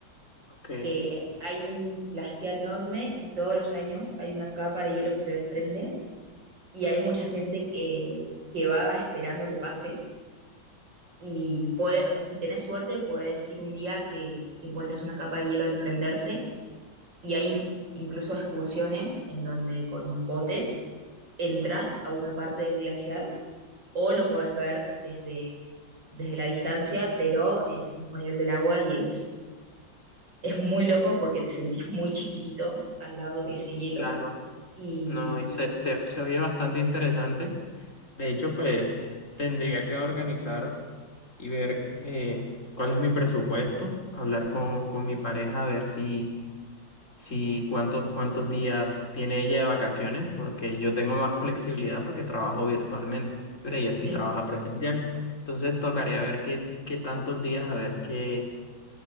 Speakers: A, on the left; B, on the right.
A: ok,
B: que hay un glaciar enorme y todos los años hay una capa de hielo que se desprende y hay mucha gente que, que va esperando que pase Y puede- si tenés suerte, puedes ir un día que encuentres una capa de hielo desprenderse y hay in- incluso excursiones en donde con botes entras a una parte del glaciar o lo puedes ver desde, desde la distancia, pero eh, al mismo nivel del agua y es, es muy loco porque te sentís muy chiquitito al lado de ese hielo.
A: claro.
B: Y
A: No, y se, se, se oye bastante interesante. De hecho, pues tendría que organizar y ver eh, cuál es mi presupuesto, hablar con, con mi pareja, a ver si, si cuántos, cuántos días tiene ella de vacaciones, porque yo tengo más flexibilidad porque trabajo virtualmente, pero ella
B: sí,
A: sí trabaja presencial. Entonces tocaría ver qué, qué tantos días, a ver qué,